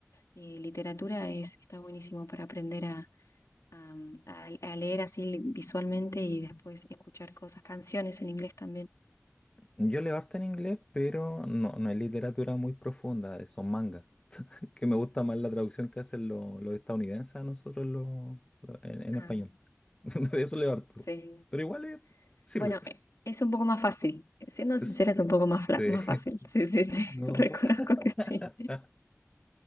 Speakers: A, on the left; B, on the left.
A: eh, literatura es, está buenísimo para aprender a, a- a- a leer así visualmente y después escuchar cosas, canciones en inglés también.
B: Yo leo harto en inglés, pero no, no es literatura muy profunda, eh, son mangas, que me gusta más la traducción que hacen lo- los estadounidenses a nosotros los, los- en, en
A: Ah,
B: español. <laughs> De eso leo harto,
A: sí.
B: pero igual eh, sirve.
A: Bueno, eh, es un poco más fácil. Siendo
B: <laughs>
A: sincera, es un poco más,
B: Este,
A: fla- más fácil. Sí, sí,
B: <laughs>
A: sí,
B: no.
A: <laughs> reconozco que sí.
B: <laughs>